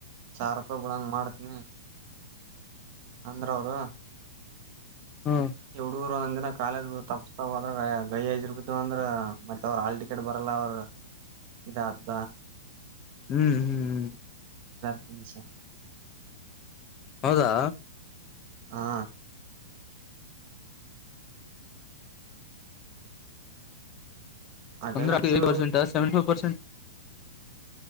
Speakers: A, on the right; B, on the left.
A: ಸಾವಿರ ರೂಪಾಯಿ ಬಿಳಂಗ ಮಾಡತನಿ. ಅಂದ್ರ ಅವರು.
B: ಹ್ಮ್
A: ಎವಡುು ಒಂದ್ ದಿನ ಕಾಲೇಜ್ ತಪ್ಪತಾದ್ರ ಗೈ ಐದು್ ರರುಪ ಅಂದ್ರ ಮತ್ತೆ ಅವ್ರ ಹಾಲ್ ಟಿಕೆಟ್ ಬರಲ್ಲ ಅವ್ರ ಇದ್ ಅತ್
B: ಹ್ಮ್ ಹ್ಮ್ ಹ್ಮ್
A: ಹ ಸ <inaudible>
B: ಹೌದಾ
A: ಹಾ ಅಟೆಂಡೆನ್ಸು
B: ಒಂದ್ ಪರ್ಸಂ ಸೆವೆಫೈರ್ ಪ <unintelligible>